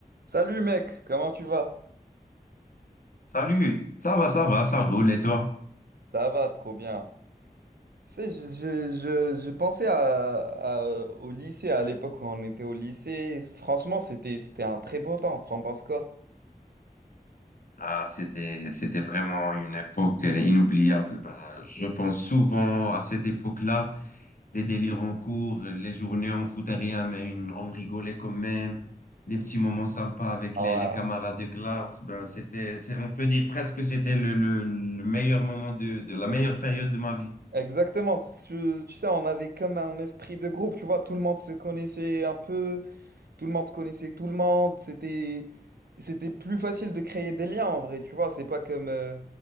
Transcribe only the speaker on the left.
Salut, ça va, ça va, ça roule et toi?
Ah, c'était, c'était vraiment une époque euh, inoubliable. Ben, je pense souvent à cette époque-là, les délires en cours, les journées on foutait rien, mais une- on rigolait quand même, les petits moments sympas avec
les, les camarades de classe. Ben, c'était, c'est- on peut dire presque que c'était le, le- le meilleur moment de, de la meilleure période de ma vie.